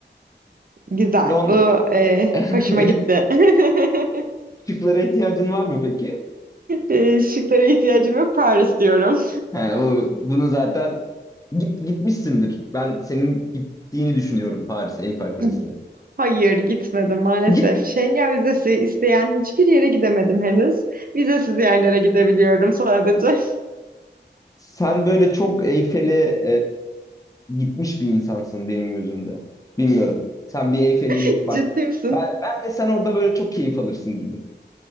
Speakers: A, on the right; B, on the left.
A: Güzel.
B: Lon...
A: Bu e,
B: <laughs>
A: hoşuma gitti. <laughs>
B: Şıklara ihtiyacın var mı peki?
A: E, şıklara ihtiyacım yok. Paris diyorum.
B: He, o, bunu zaten git, gitmişsindir. Ben senin gittiğini düşünüyorum Paris'e Eyfel Kulesi'ne.
A: <laughs> Hayır gitmedim maalesef.
B: Git.
A: Schengen vizesi isteyen hiçbir yere gidemedim henüz. Vizesiz yerlere gidebiliyorum sadece.
B: Sen böyle çok Eyfel'e e, gitmiş bir insansın benim gözümde. Bilmiyorum. Sen bir Eyfel'e
A: <laughs>
B: git bak.
A: Ciddi misin?
B: Ben, bence sen orada böyle çok keyif alırsın gibi.